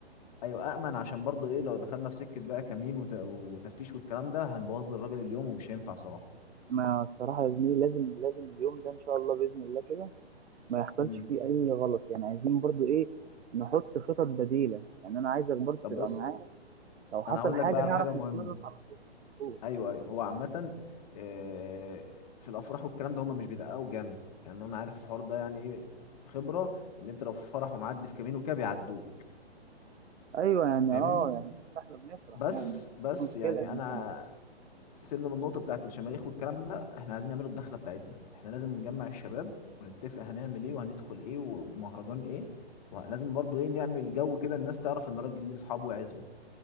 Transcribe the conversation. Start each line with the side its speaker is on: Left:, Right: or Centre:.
Left: ايوه امن عشان برضه ايه لو دخلنا في سكه بقى كمين وت... وتفتيش والكلام ده هنبوظ للراجل اليوم ومش هينفع صراحه
Right: ما الصراحه يا زميلي لازم لازم اليوم ده ان شاء الله باذن الله كده ما يحصلش
Left: امم
Right: فيه اي غلط يعني عايزين برضو ايه نحط خطط بديلة يعني انا عايزك برضو
Left: طب
Right: تبقى
Left: بص
Right: معايا لو حصل
Left: انا هقول
Right: حاجة
Left: لك بقى
Right: نعرف
Left: على حاجه مهمه
Right: نتصرف على طول
Left: ايوه ايوه هو عامة آه، في الافراح والكلام ده هم مش بيدققوا جامد يعني انا عارف الحوار ده يعني ايه خبرة ان انت لو في فرح ومعدي في كمين وكده بيعدوك
Right: ايوه يعني
Left: فاهمني
Right: اه يعني احنا بنفرح
Left: بس
Right: يعني
Left: بس
Right: مش مشكلة
Left: يعني
Right: يعني
Left: انا سيبنا من النقطة بتاعت الشماريخ والكلام ده احنا عايزين نعمله الدخلة بتاعتنا احنا لازم نجمع الشباب ونتفق هنعمل ايه وهندخل ايه ومهرجان ايه ولازم برضو ايه نعمل جو كده الناس تعرف ان الراجل ليه اصحاب وعزوة